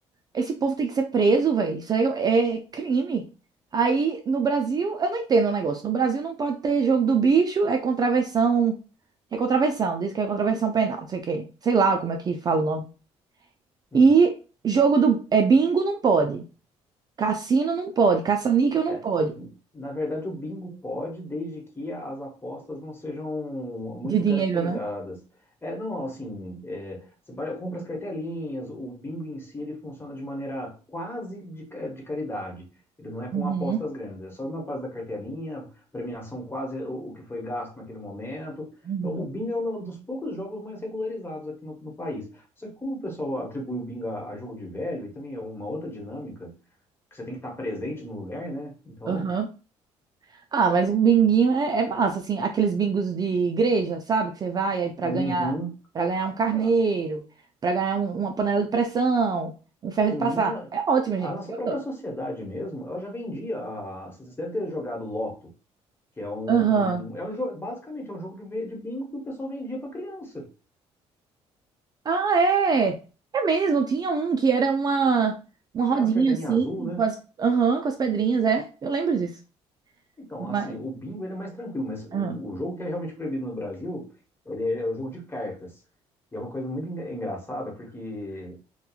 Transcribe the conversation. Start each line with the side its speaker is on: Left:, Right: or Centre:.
Right: Esse povo tem que ser preso, velho. Isso aí é crime. Aí no Brasil, eu não entendo o negócio. No Brasil não pode ter jogo do bicho, é contravenção. É contravenção, diz que é contravenção penal, não sei o quê. Sei lá como é que fala o nome.
Left: Uhum.
Right: E jogo do. É bingo não pode. Cassino não pode, caça-níquel não
Left: É,
Right: pode.
Left: na verdade, o bingo pode, desde que as apostas não sejam muito
Right: De dinheiro,
Left: caracterizadas.
Right: né?
Left: É, não, assim, é, você vai- compra as cartelinhas, o bingo em si ele funciona de maneira quase de, ca- de caridade. Ele não é com
Right: Uhum,
Left: apostas grandes, é só na base da cartelinha, premiação quase o, o que foi gasto naquele momento.
Right: uhum,
Left: Então, o bingo é um dos poucos jogos mais regularizados aqui no, no país. Só que como o pessoal atribui o bingo a, a jogo de velho, e também é uma outra dinâmica, que você tem que estar presente no lugar, né? Então,
Right: uhum. Ah, mas um binguinho é, é massa, assim, aqueles bingos de igreja, sabe? Que você vai aí para
Left: uhum,
Right: ganhar, para ganhar um carneiro,
Left: ah,
Right: para ganhar um- uma panela de pressão, um ferro
Left: uhum.
Right: de passar. É ótimo, gente.
Left: A nossa
Right: Eu
Left: própria
Right: adoro.
Left: sociedade mesmo, ela já vendia. A... Você deve ter jogado Loto, que é um,
Right: Aham.
Left: um- é um jogo, basicamente é um jogo de, ve- de bingo que o pessoal vendia para criança.
Right: Ah, é. É mesmo, tinha um que era uma uma rodinha
Left: É As cartelinhas
Right: assim,
Left: azul, né?
Right: com as, aham, com as pedrinhas, é. Eu lembro disso.
Left: Então,
Right: Mas,
Left: assim, o bingo ele é mais tranquilo, mas
Right: aham.
Left: o, o jogo que é realmente proibido no Brasil, ele é é o jogo de cartas. E é uma coisa muito en- engraçada, porque